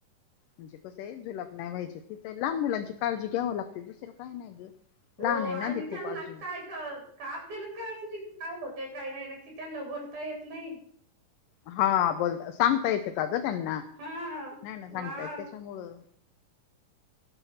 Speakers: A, on the left (about 85°); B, on the right (about 65°).
A: म्हणजे कसं आहे झुलाब नाही व्हायचे तिथ लहान मुलांची काळजी घ्याव लागते दुसर्या काय नाही ग
B: हो
A: लहान आहे
B: आणि
A: ना ती
B: त्यांना
A: खुप अजून.
B: काय का आपल्याला कळच नाही काय होत काही नाही नक्की त्यांना बोलता येत नाही.
A: हा बोलता सांगता येते का ग त्यांना
B: हा
A: नाही, ना सांगता
B: मा
A: येत त्याच्यामुळं